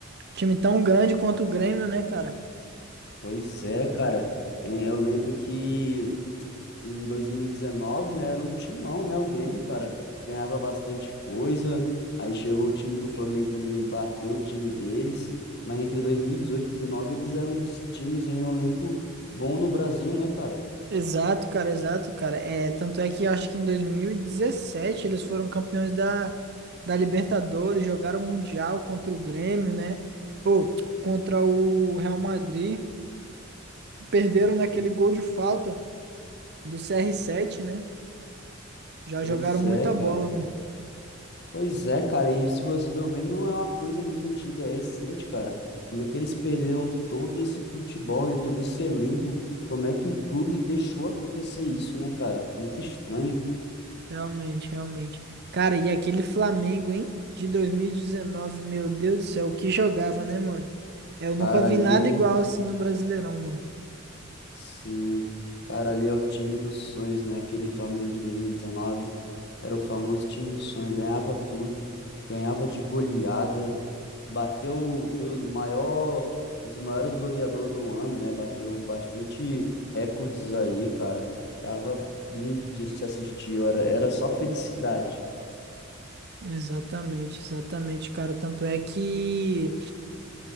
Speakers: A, on the right; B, on the left.
A: Time tão grande quanto o Grêmio, né, cara?
B: Pois é, cara. Eh, Eu lembro que em 2019, né? Era um timão, né? O Grêmio, cara, ganhava bastante coisa. Aí chegou o time do Flamengo também, bateu o time deles. Mas entre dois mil e 2019, eles eram os times aí um elenco bom no Brasil, né, cara?
A: Exato, cara, exato, cara. É, tanto é que eu acho que em 2017 eles foram campeões da, da Libertadores, jogaram o Mundial contra o Grêmio, né? Ou contra o Real Madrid. Perderam naquele
B: Pô,
A: gol de falta do CR7, né? Já
B: pois
A: jogaram muita
B: é, cara.
A: bola, mano.
B: Pois é, cara. E se você for ver, não é uma coisa muito antiga, é recente, cara. Como é que eles perderam todo esse futebol, né? Todo esse elenco. Como é que o clube deixou acontecer isso, né, cara? Muito estranho.
A: realmente, realmente. Cara, e aquele Flamengo, hein? De 2019, meu Deus do céu, o que jogava, né, mano? Eu
B: Cara,
A: nunca vi
B: ali
A: nada igual assim no Brasileirão, mano.
B: Sim, cara, ali é o time dos sonhos, né? Aquele Flamengo de 2019 era o famoso time do sonho, ganhava tudo, ganhava de goleada, bateu, foi o maior, um dos maiores goleadores do ano, né? Bateu bastante recordes aí, cara. Tava lindo de se assistir, era, era só felicidade.
A: Exatamente, exatamente, cara. Tanto é que,